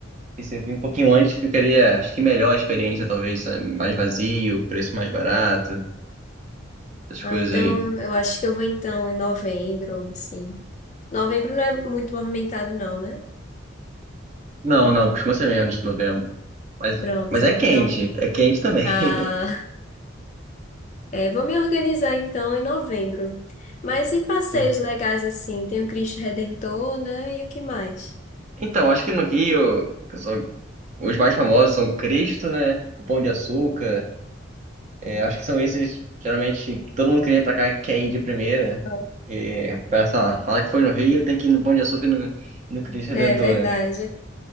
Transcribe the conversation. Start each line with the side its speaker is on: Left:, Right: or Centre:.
Right: E se vir um pouquinho antes, ficaria, acho que melhor a experiência, talvez, sabe? Mais vazio, preço mais barato, essas
Left: Ah,
Right: coisas
Left: então
Right: aí.
Left: eu acho que eu vou então em novembro, sim. Novembro não é muito movimentado, não, né?
Right: Não, não, costuma ser menos de novembro. Mas,
Left: Pronto.
Right: mas é
Left: Então,
Right: quente, é quente também.
Left: ah,
Right: <laughs>
Left: É, vou me organizar então em novembro. Mas e passeios
Right: Isso.
Left: legais assim? Tem o Cristo Redentor, né? E o que mais?
Right: Então, acho que no Rio, pessoal, os mais famosos são Cristo, né? O Pão de Açúcar. É, acho que são esses, geralmente, que todo mundo que vem pra cá quer ir de primeira.
Left: Não.
Right: Porque, pra, sei lá, falar que foi no Rio, tem que ir no Pão de Açúcar e no, no Cristo Redentor,
Left: É verdade.
Right: né?